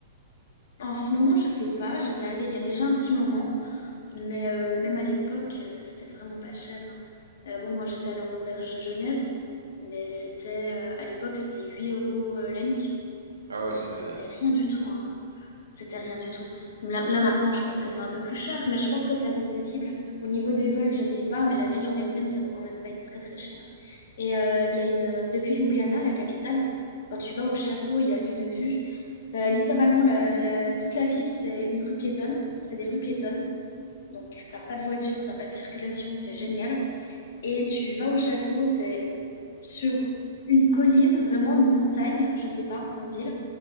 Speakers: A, on the left (about 65°); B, on the right (about 80°).
A: En ce moment, je sais pas. J'étais allée il y a déjà un petit moment, mais euh, même à l'époque, euh, c'était vraiment pas cher. hein. Euh, bon, moi, j'étais allée en auberge de jeunesse, mais c'était euh, à l'époque, c'était 8 euros euh, la nuit.
B: Ah ouais, c'est...
A: Donc, c'était rien du tout. hein. C'était rien du tout. Là, là, maintenant, je pense que c'est un peu plus cher, mais je pense que c'est accessible. Au niveau des vols, je sais pas, mais la ville en elle-même, ça doit quand même pas être très très cher. Et euh, il y a une euh, depuis Ljubljana, la capitale, quand tu vas au château, il y a une vue. T'as littéralement la- la- toute la ville, c'est une rue piétonne, c'est des rues piétonnes. Donc t'as pas de voiture, t'as pas de circulation, c'est génial. Et tu vas au château, c'est sur une colline, vraiment une montagne, je sais pas, en ville,